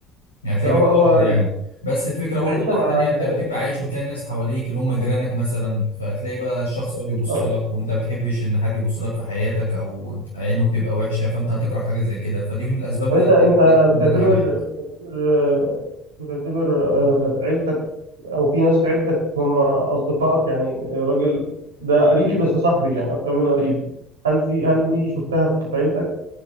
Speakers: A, on the left; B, on the right.
A: يعني هتلاقيه
B: لا هو
A: بيتكرر
B: هو
A: يعني بس الفكره برضو
B: العيشة
A: من ناحيه
B: مع
A: تانيه انت
B: ناس
A: بتبقى عايش وتلاقي الناس حواليك اللي هم جيرانك مثلا فتلاقي بقى الشخص يقعد يبص
B: اه
A: لك وانت ما بتحبش ان حد يبص لك في حياتك او عينه بتبقى وحشه فانت هتكره حاجه زي كده فدي من الاسباب اللي
B: طب انت
A: هتخليك
B: انت
A: لا تقول
B: بتعتبر
A: انا هبعد
B: بتعتبر آه، بتعتبر آه، عيلتك او في ناس في عيلتك هم اصدقائك يعني الراجل ده قريبي بس صاحبي يعني اكتر منه قريبي هل في هل دي شفتها في عيلتك؟